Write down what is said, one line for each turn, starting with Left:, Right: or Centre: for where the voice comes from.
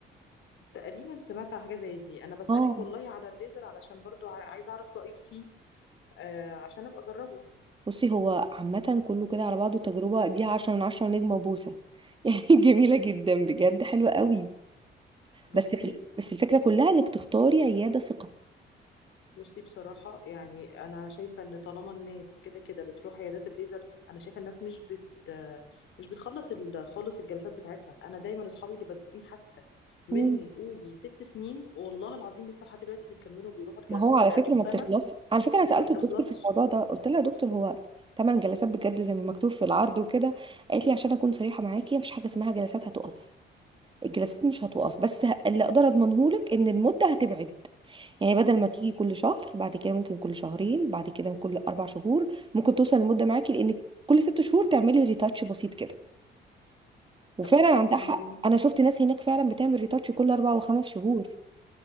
Left: تقريبا سمعت على حاجة زي دي أنا بسألك
Right: اه
Left: والله على الليزر علشان برضو عا- عايزة أعرف رأيك فيه آه عشان أبقى أجربه
Right: بصي هو عامة كله كده على بعضه تجربة دي عشرة من عشرة ونجمة وبوسة <laughs> يعني جميلة جدا بجد حلوة قوي
Left: بصي
Right: بس في بس الفكرة كلها انك تختاري عيادة ثقة
Left: بصي بصراحة يعني أنا شايفة إن طالما الناس كده كده بتروح عيادات الليزر أنا شايفة الناس مش بت آه، مش بتخلص ال- خالص الجلسات بتاعتها أنا دايما أصحابي اللي بادئين حتى من
Right: مم.
Left: قولي ست سنين والله العظيم لسه لحد دلوقتي بيكملوا بيروحوا الجلسات
Right: ما هو
Left: بتاعتهم
Right: على فكرة ما
Left: فأنا
Right: بتخلص على فكرة أنا سألت
Left: ما بتخلصش
Right: الدكتور في الموضوع ده قلت لها يا دكتور هو تمن جلسات بجد زي ما مكتوب في العرض وكده قالت لي عشان أكون صريحة معاكي مفيش حاجة اسمها جلسات هتقف الجلسات مش هتقف بس ه- اللي أقدر أضمنهولك إن المدة هتبعد يعني بدل ما تيجي كل شهر بعد كده ممكن كل شهرين بعد كده كل اربع شهور ممكن توصل المده معاكي لان كل ست شهور تعملي ريتاتش بسيط كده وفعلا
Left: طب
Right: عندها
Left: يعني
Right: حق انا شفت ناس هناك فعلا بتعمل ريتاتش كل اربع وخمس شهور